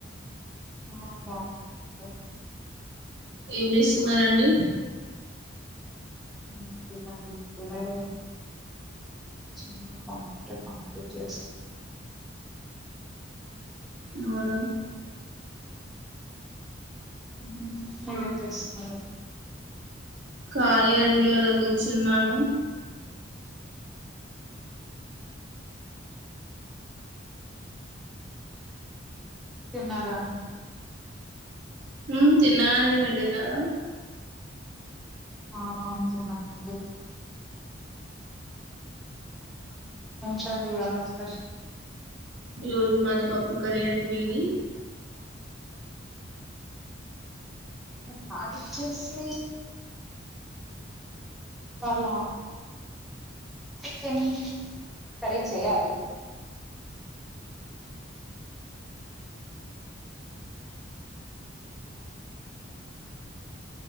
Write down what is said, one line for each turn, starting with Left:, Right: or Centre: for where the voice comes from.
Centre: ఆ బాగున్నామండి
Right: ఏం చేస్తున్నండి
Centre: ఏం లేదండి ఇప్పుడే చానా పని ఉంటే పని చేసుకుంటున్నా
Right: అవునా
Centre: ఉమ్ మీరేం చేస్తున్నారండి
Right: ఖళీ అండి అలా కూర్చున్నాను
Centre: తిన్నారా అండి
Right: ఉమ్ తినండి మీరు తిన్నారా
Centre: ఆ తిన్నానండి <unintelligible>
Right: రోజు మాది పప్పు కరీ అండి మీది
Centre: నాదిచ్చేసి ఇవాళ చికెన్ కర్రీ చెయ్యాలి